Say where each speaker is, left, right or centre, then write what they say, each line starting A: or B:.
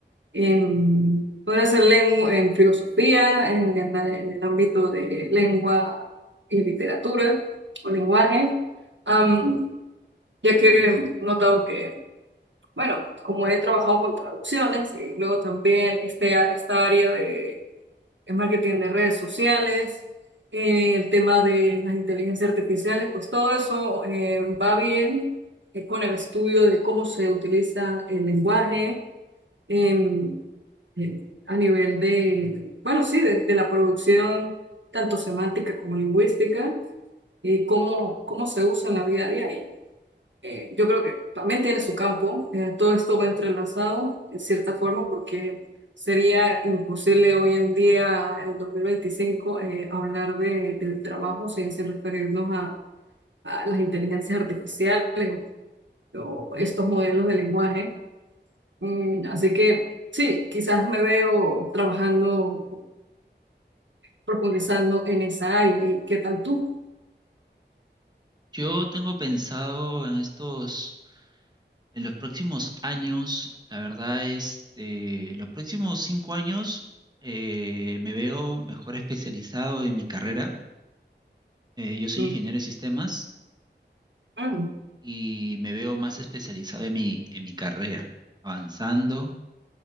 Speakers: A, on the right; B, on the right.
A: en, podría ser lengua, en filosofía, en, en la- en el ámbito de lengua y literatura o lenguaje, am, ya que he notado que, bueno, como he trabajado con traducciones y luego también este, esta área de, de marketing de redes sociales, eh, el tema de las inteligencias artificiales, pues todo eso eh, va bien eh, con el estudio de cómo se utiliza el lenguaje. em, eh, a nivel de, bueno, sí, de, de la producción, tanto semántica como lingüística, y cómo, cómo se usa en la vida diaria. Eh, yo creo que también tiene su campo, eh, todo esto va entrelazado en cierta forma porque sería imposible hoy en día, en 2025, eh, hablar de, del trabajo sin, sin referirnos a, a las inteligencias artificiales o estos modelos de lenguaje. Mm, así que sí, quizás me veo trabajando profundizando en esa área. ¿Y qué tal tú?
B: Yo tengo pensado en estos, en los próximos años, la verdad, este, en los próximos cinco años eh, me veo mejor especializado en mi carrera. Eh, yo soy
A: Mm,
B: ingeniero de sistemas.
A: mm,
B: y me veo más especializado en mi, en mi carrera, avanzando